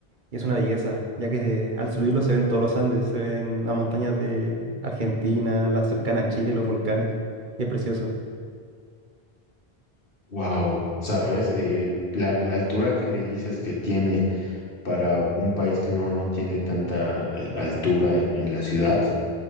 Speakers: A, on the right; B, on the left.
A: Y es una belleza, ya que al subirlo se ven todos los Andes, se ven las montañas de Argentina, la cercana a Chile, los volcanes. Y es precioso.
B: Wow, ¿sabes? Eh, la, la altura que me dices que tiene para un país que no, no tiene tanta eh, altura en, en la ciudad.